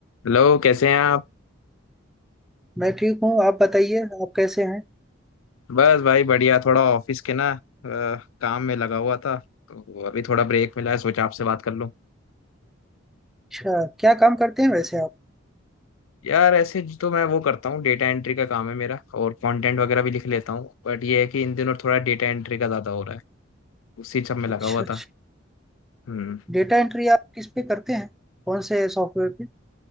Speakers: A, on the left; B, in the centre.
A: Hello कैसे हैं आप
B: मैं ठीक हूँ आप बताइए आप कैसे हैं
A: बस भाई बढ़िया थोड़ा ऑफिस के ना अ, काम में लगा हुआ था तो अभी थोड़ा ब्रेक मिला है सोचा आपसे बात कर लूं
B: अच्छा क्या काम करते हैं वैसे आप
A: यार ऐसे तो मैं वो करता हूँ डेटा एंट्री का काम है मेरा और कंटेंट वगैरह भी लिख लेता हूँ बट ये है कि इन दिनों थोड़ा डेटा एंट्री का ज़्यादा हो रहा है उसी सब में
B: अच्छा
A: लगा हुआ
B: अच्छा
A: था हम्म
B: डेटा एंट्री आप किस पे करते हैं कौन से सॉफ्टवेयर पे